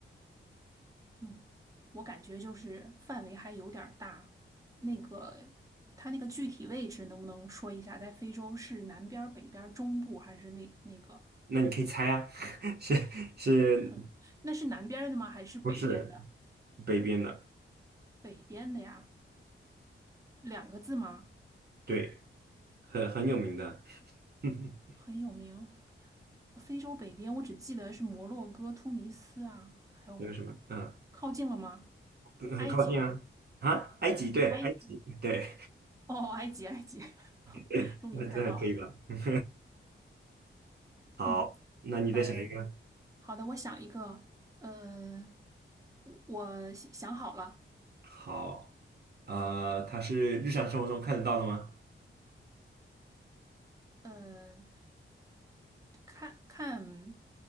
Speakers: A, on the right; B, on the right.
A: 嗯，我感觉就是范围还有点儿大。那个，它那个具体位置能不能说一下？在非洲是南边儿、北边儿、中部还是那那个？
B: 那你可以猜啊，<laughs> 是是
A: 哼，那是南边儿的吗？还是北边的？
B: 不是北边的？
A: 北边的呀，两个字吗？
B: 对，很很有名的，<laughs> 还
A: 很有名。非洲北边，我只记得是摩洛哥、突尼斯啊，还有
B: 有什么？嗯，
A: 靠近了吗？
B: 很很靠近啊，
A: 埃及吗？
B: 啊，埃及，对，
A: 埃，
B: 埃及，对，
A: 哦，埃及，埃及，<laughs>
B: <laughs>
A: 终于猜到了。
B: 那这还可以吧？<laughs> 好，
A: 嗯，
B: 那你再想一个。
A: 呃，好的，我想一个，呃，我我想想好了，
B: 好，呃，它是日常生活中看得到的吗？
A: 呃，看看